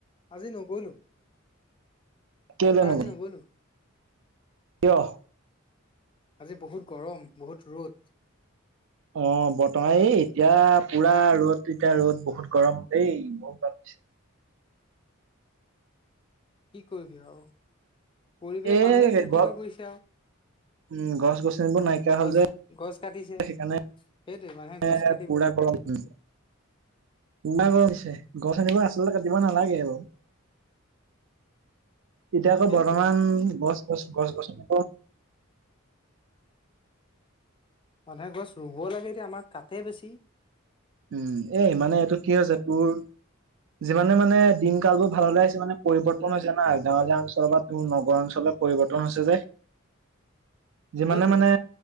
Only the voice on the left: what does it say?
আজি নগলো
পথাৰ
আজি নগলো
আজি বহুত গৰম বহুত ৰ'দ
কি কৰিবি আৰু পৰিৱেশ
মানুহে দূষিত
কৰিছে আৰু
গছ
গছ কাটিছে সেইটোৱে মানুহে গছ
কাটিব
সেইটোৱে
মানুহে গছ ৰুব লাগে এতিয়া আমাৰ কাটে বেছি
সেইটোৱে